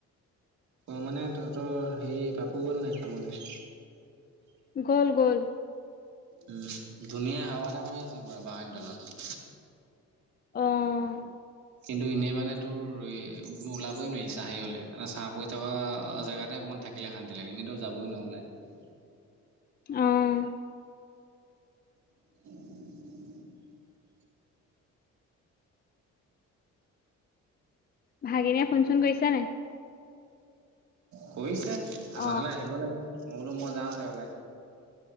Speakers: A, on the right; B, on the left.
A: অ' মানে তহঁতৰ হেৰি পাপু গ'ল নাই কামলৈ।
B: গ'ল গ'ল।
A: উম, ধুনীয়াাই হাৱা এটা মাৰি আছে পুৰা বাঁহনিৰ তলত।
B: অ'।
A: কিন্তু এনেই মানে তোৰ ওলাবই নোৱাৰি, চাহে হ'লে চাহ পৰি থকা জেগাতে। অকণমান থাকিলে শান্তি লাগে, এনে তই যাবই নোৱাৰ ওলায়।
B: অ'।
A: <unintelligible>
B: ভাগিনীয়ে ফোন চোন কৈৰিছে নে নাই?
A: কৰিছে
B: অ'।
A: আমাৰ ঘৰলে আহিব লাগে, মই বোলো মই যাম দেওবাৰে।